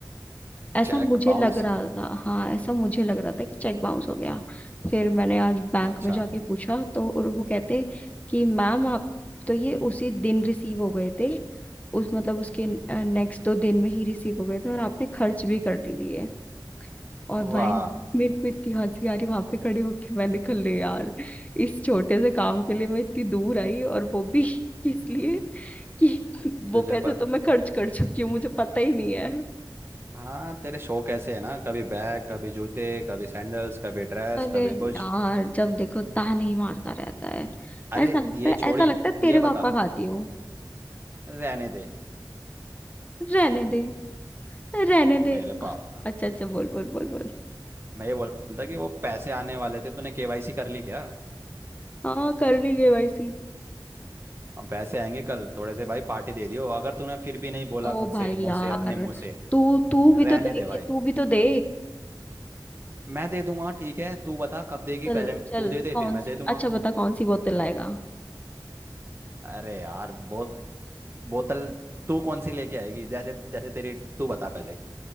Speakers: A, on the left; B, on the right.
A: ऐसा
B: Cheque
A: मुझे
B: bounce
A: लग रहा था हाँ ऐसा मुझे लग रहा था कि चेक बाउंस हो गया फिर मैंने आज बैंक
B: अच्छा
A: में जाके पूछा तो और वो कहते कि मैम आप तो ये उसी दिन रिसीव हो गए थे उस मतलब उसके नेक्स्ट दो दिन में ही रिसीव हो गए थे और आपने खर्च भी कर दी दिए और भाई
B: वाह
A: मेरे को इतनी हंसी आ रही वहां पे खड़े होके मैंने कहा ले यार इस छोटे से काम के लिए मैं इतनी दूर आई और वो भी <laughs> इसलिए कि वो
B: तुझे
A: पैसा
B: पता
A: तो मैं खर्च कर चुकी हूँ मुझे पता ही नहीं है
B: हाँ तेरे शौक ऐसे है ना कभी बैग कभी जूते कभी सैंडल्स कभी ड्रेस
A: अरे
B: कभी
A: यार
B: कुछ
A: जब देखो ताने ही मारता रहता है
B: अरे
A: ऐसा लगता
B: ये
A: है
B: छोड़ी
A: ऐसा लगता है तेरे
B: ये बता
A: पापा खाती हूँ
B: रहने दे
A: रहने दे रहने
B: मेरे
A: दे अच्छा
B: बाप का
A: अच्छा बोल बोल बोल बोल
B: मैं ये बोल रहा था कि वो पैसे आने वाले थे तूने केवाईसी कर ली क्या
A: हाँ कर ली केवाईसी
B: हम पैसे आएंगे कल थोड़े से भाई पार्टी दे दियो अगर तूने फिर भी नहीं बोला
A: ओ
B: खुद
A: भाई
B: से मुंह
A: यार
B: से अपने मुंह से
A: तू तू भी
B: रहने
A: तो दे
B: दे भाई
A: तू भी तो दे
B: मैं दे दूंगा ठीक है तू बता कब देगी
A: चल
B: पहले
A: चल
B: तू दे दे
A: कौन
B: फिर मैं दे
A: सी
B: दूंगा
A: अच्छा बता कौन सी बोतल लाएगा
B: अरे यार बो, बोतल तू कौन सी लेके आएगी जैसे जैसे तेरी तू बता पहले